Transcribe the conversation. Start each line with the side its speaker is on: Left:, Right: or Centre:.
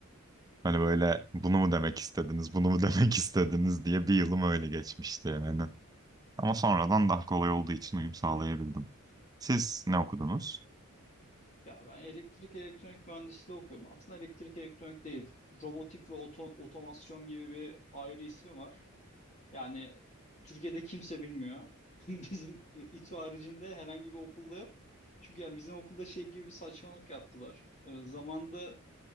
Right: Hani böyle bunu mu demek istediniz, bunu mu <laughs> demek istediniz diye bir yılım öyle geçmişti yani. Ama sonradan daha kolay olduğu için uyum sağlayabildim. Siz ne okudunuz?
Left: Ya ben elektrik elektronik mühendisliği okuyorum. Aslında elektrik elektronik değil. Robotik ve oto- otomasyon gibi bir ayrı ismi var. Yani Türkiye'de kimse bilmiyor. <laughs> Bizim İTÜ haricinde herhangi bir okulda yok. Çünkü yani bizim okulda şey gibi bir saçmalık yaptılar. Ee, zamanda